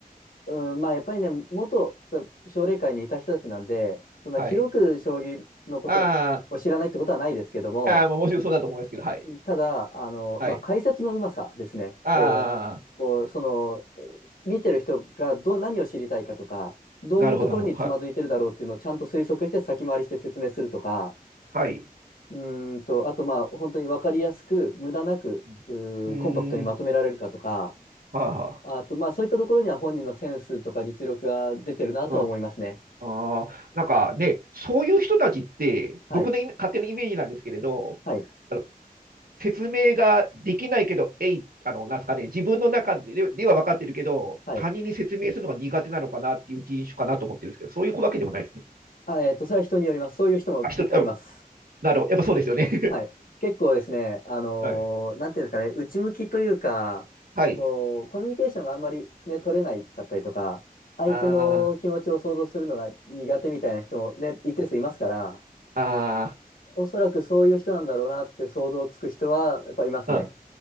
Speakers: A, on the left; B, on the right.
A: ん。うん、まあ、やっぱりね、元さ奨励会にいた人たちなんで、そんなひどく将棋のことを知らないってことはないですけども、
B: はい。ああ、ああ、まあ、もちろんそうだと思いますけど、はい。
A: ただ、あの、
B: はい。
A: まあ、解説のうまさですね。
B: ああ、
A: こう、こう、その、えー見てる人がど、何を知りたいかとか、どういうところにつまずいてるだろうっていうのをちゃんと推測して先回りして説明するとか、
B: なるほど、なるほど。はい。はい。
A: うーんと、あとまあ、本当に分かりやすく、無駄なく、
B: うん。
A: うーコンパクトにまとめられるかとか、
B: うーんはあ、は
A: あとまあ、そういったところには本人のセンスとか実力が出てるなとは思いますね。
B: あ、うん。ああ、なんかね、そういう人たちって、
A: はい。
B: 僕のイメ勝手なイメージなんですけれど、
A: はい。
B: あの、説明ができないけど、えい、あの、なんですかね、自分の中ででは分かってるけど、
A: はい。
B: 他人に説明するのが苦手なのかなっていう人種かなと思ってるんですけど、そういうわけでもないですね。
A: あ、えっと、それは人によります。そういう人もいっぱいいます。
B: あ、一人、あなるほど、やっぱそうですよね。
A: はい。結構ですね、あのーなんていうんですかね、
B: <laughs> はい。
A: 内向きというか、
B: はい。
A: こう、コミュニケーションがあんまりね、取れないかったりとか、相手の気持ちを想像するのが苦手みたいな人もね、
B: あー、
A: 一定数いますから、
B: あ
A: おそらくそういう人なんだろうなって想像つく人はやっぱいますね。
B: ー、うん。